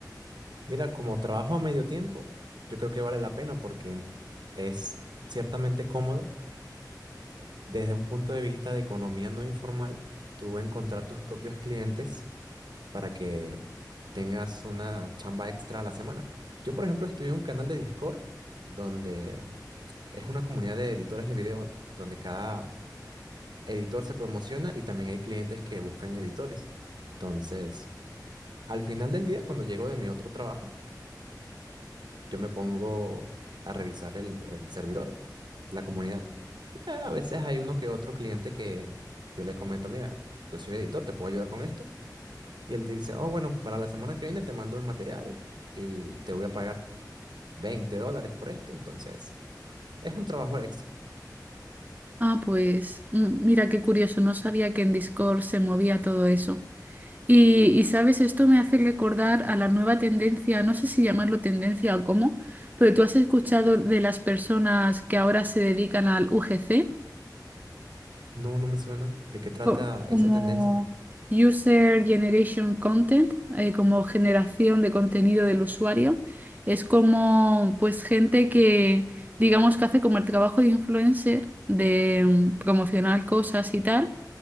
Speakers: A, on the right (about 80°); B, on the right (about 25°).
A: Mira, como trabajo a medio tiempo, yo creo que vale la pena porque es ciertamente cómodo desde un punto de vista de economía no informal, tú encontrar tus propios clientes para que tengas una chamba extra a la semana. Yo, por ejemplo, estoy en un canal de Discord donde es una comunidad de editores de video donde cada editor se promociona y también hay clientes que buscan editores. Entonces, al final del día, cuando llego de mi otro trabajo, yo me pongo a revisar el, el servidor, la comunidad. Y, eh, a veces hay uno que otro cliente que yo le comento, mira, yo soy editor, ¿te puedo ayudar con esto? Y él te dice, oh, bueno, para la semana que viene te mando el material y te voy a pagar 20 dólares por esto. Entonces, es un trabajo extra.
B: Ah, pues mm, mira qué curioso, no sabía que en Discord se movía todo eso. Y, y, sabes, esto me hace recordar a la nueva tendencia, no sé si llamarlo tendencia o cómo, pero tú has escuchado de las personas que ahora se dedican al UGC
A: No, no me suena. ¿De qué trata
B: Co-
A: esa
B: como
A: tendencia?
B: User Generation Content, eh, como generación de contenido del usuario. Es como pues gente que digamos que hace como el trabajo de influencer, de mm, promocionar cosas y tal